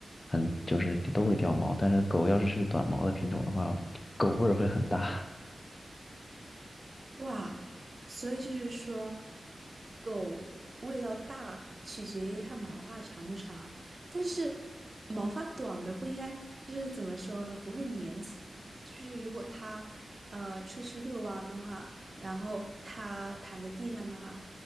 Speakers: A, on the left; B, on the right.
A: 很就是都会掉毛，但是狗要是是短毛的品种的话，狗味儿会很大。
B: 哇。所以就是说，狗味道大取决于它毛发长不长，但是毛发短的不应该就是怎么说呢？不会粘起，就是如果它呃出去遛弯的话，然后它躺在地上的话，